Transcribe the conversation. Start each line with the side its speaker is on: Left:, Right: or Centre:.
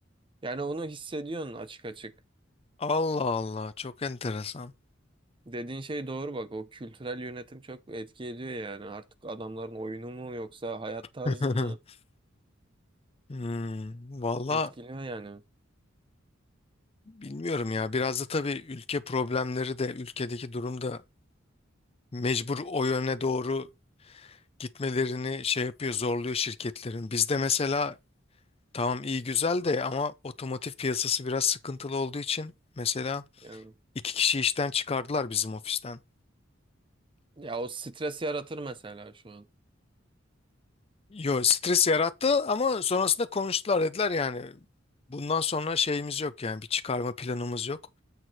Right: Yani onu hissediyorsun açık açık.
Left: Allah Allah çok enteresan.
Right: Dediğin şey doğru bak o kültürel yönetim çok etki ediyor yani artık adamların oyunu mu yoksa hayat tarzı
Left: <laughs>
Right: mı
Left: Hmm, valla
Right: etkiliyor yani.
Left: bilmiyorum ya biraz da tabii ülke problemleri de ülkedeki durum da mecbur o yöne doğru gitmelerini şey yapıyor, zorluyor şirketlerin. Bizde mesela tamam iyi güzel de ama otomotiv piyasası biraz sıkıntılı olduğu için mesela
Right: Yani
Left: iki kişi işten çıkardılar bizim ofisten.
Right: ya o stres yaratır mesela şu an.
Left: Yo stres yarattı ama sonrasında konuştular dediler yani bundan sonra şeyimiz yok yani bir çıkarma planımız yok.